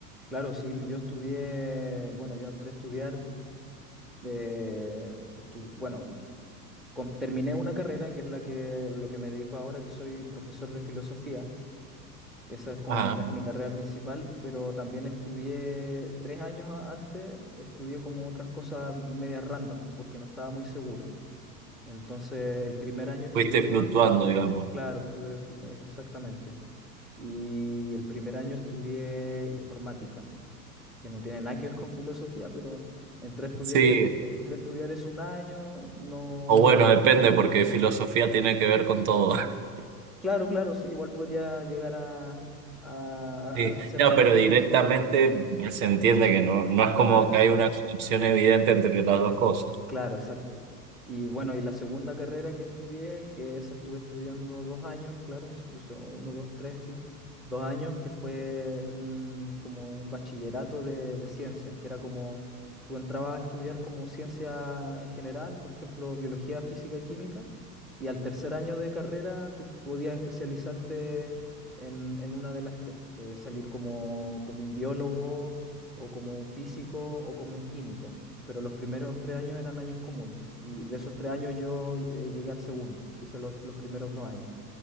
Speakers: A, in the centre; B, on the right.
A: Claro, sí, yo estudié, bueno, yo entré a estudiar, eh, estu- bueno, com- terminé una carrera que es la que, lo que me dedico ahora, que soy profesor de filosofía, esa es como
B: Ah,
A: mi, ca- mi carrera principal, pero también estudié tres años a- antes, estudié como otras cosas medias random, porque no estaba muy seguro. Entonces, el primer año estudié
B: fuiste fluctuando, digamos.
A: Claro, estuve exactamente. Y el primer año estudié informática. que no tiene nada que ver con filosofía, pero entré a estudiar,
B: Sí,
A: eh, entré a estudiar es un año, no...
B: o bueno, depende, porque filosofía tiene que ver con todo. <laughs>
A: Claro, claro, sí, igual podría llegar a, a- a-
B: Sí,
A: a hacer
B: no,
A: an-
B: pero
A: una
B: directamente
A: conexión.
B: se entiende que no, no es
A: Claro.
B: como que hay una conexión evidente entre las dos cosas.
A: Claro, exacto. Y bueno, y la segunda carrera que estudié, que esa estuve estudiando dos años, claro, sí, pues, uno, dos, tres, sí, dos años, que fue un, como un bachillerato de, de ciencias, que era como, tú entrabas a estudiar como ciencia en general, por ejemplo, biología, física y química, y al tercer año de carrera tú podías especializarte en, en una de las tres, podías salir como, como un biólogo o como un físico o como un químico, pero los primeros tres años eran años comunes y de esos tres años yo eh, llegué al segundo, hice los, los primeros dos años